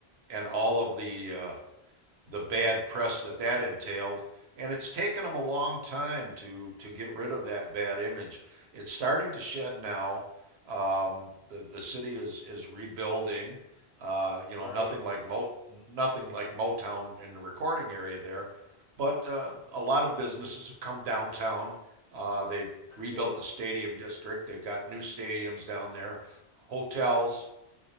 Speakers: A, on the right; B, on the left.
A: and all of the uh, the bad press that that entailed. And it's taken them a long time to to get rid of that bad image. It's starting to shed now. Um, the the city is is rebuilding. Uh, you
B: Right.
A: know, nothing like Mo, nothing like Motown in the recording area there, but uh, a lot of businesses have come downtown. Uh, they've
B: That's
A: rebuilt
B: cool.
A: the stadium district. They've got new stadiums down there, hotels,